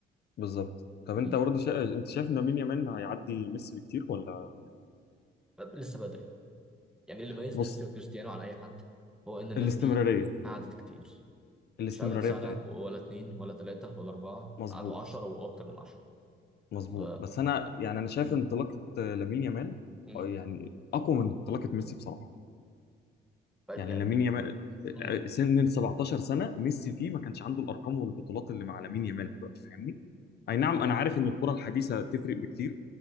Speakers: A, on the left; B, in the centre.
A: بالظبط طب انت
B: مم.
A: برضه شا... انت شايف ان مين يامال هيعدي ميسي بكتير ولا
B: لسه بدري يعني اللي ميز
A: بص
B: ميسي وكريستيانو عن اي حد هو ان الناس
A: الاستمرارية
B: دي قعدت كتير
A: الاستمرارية
B: مش قعدت سنه
A: بتاعته
B: ولا اتنين ولا تلاته ولا اربعه
A: مظبوط
B: قعدوا عشرة واكتر من عشرة
A: مظبوط
B: ف
A: بس انا يعني انا شايف
B: إمم.
A: انطلاقة آه، لامين يامال
B: امم
A: آه، يعني اقوى من انطلاقة ميسي بصراحة
B: ف-
A: يعني
B: يعني
A: لامين يامال
B: امم
A: آه، آه، سن ال 17 سنة ميسي فيه ما كانش عنده الارقام والبطولات اللي مع لامين يامال دلوقتي فاهمني؟ اي نعم انا عارف ان الكرة الحديثة تفرق بكتير